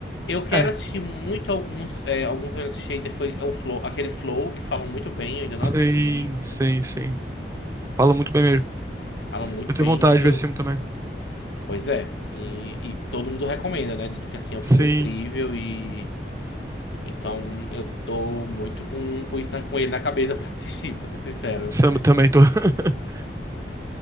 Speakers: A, on the left; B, on the right.
A: Eu quero
B: É,
A: assistir muito alguns. é, alguns que eu não assisti ainda foi o Flow, aquele Flow que falam muito bem, eu ainda
B: sim,
A: não assisti.
B: sim, sim. Fala muito bem mesmo.
A: Falam muito
B: Eu tenho
A: bem.
B: vontade de
A: Eu...
B: ver esse filme também.
A: Pois é. E, e todo mundo recomenda, né? Diz que assim, o
B: Sim,
A: filme é incrível e. Então eu tô muito com, com isso na- com ele na cabeça <laughs> pra assistir, pra ser sincero.
B: sam- também tô. <laughs>